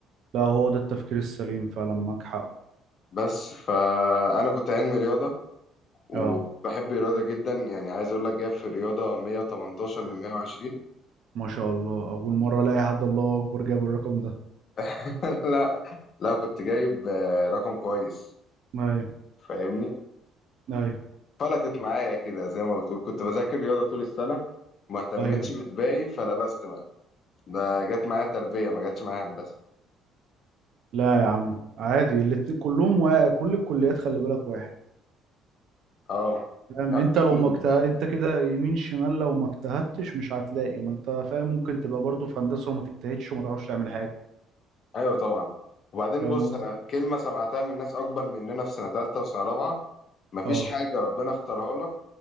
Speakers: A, on the right; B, on the left.
A: لا هو ده التفكير السليم فعلا معاك حق
B: بس فأنا كنت علمي رياضة وبحب
A: اه
B: الرياضة جدا يعني عايز أقول لك جايب في الرياضة 118 من 120
A: ما شاء الله اول مرة الاقي حد الله اكبر جاب الرقم ده
B: <laughs> لا لا كنت جايب آه، رقم كويس
A: ايوه
B: فاهمني
A: ايوه
B: فلتت معايا كده زي ما بتقول كنت بذاكر رياضة طول السنة وما اهتمتش
A: ايوه
B: بالباقي فلبست بقى ده جت معايا تربية ما جاتش معايا هندسة
A: لا يا عم عادي الاتنين كلهم وا... كل الكليات خلي بالك واحد
B: اه
A: فاهم
B: طب
A: انت
B: الحمد
A: لو ما مكت...
B: لله
A: انت كده يمين شمال لو ما اجتهدتش مش هتلاقي ما انت فاهم ممكن تبقى برضه في هندسة وما تجتهدش وما تعرفش تعمل حاجة
B: ايوه طبعا وبعدين
A: فاهم
B: بص
A: قصدي
B: انا كلمة سمعتها من ناس اكبر مننا في سنة تالتة وسنة رابعة مفيش
A: اه
B: حاجة ربنا اختارها لك